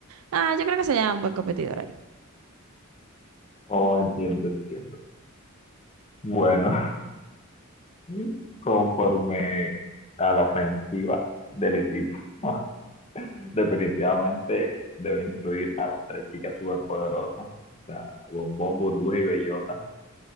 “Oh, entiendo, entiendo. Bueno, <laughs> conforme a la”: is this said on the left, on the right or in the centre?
Left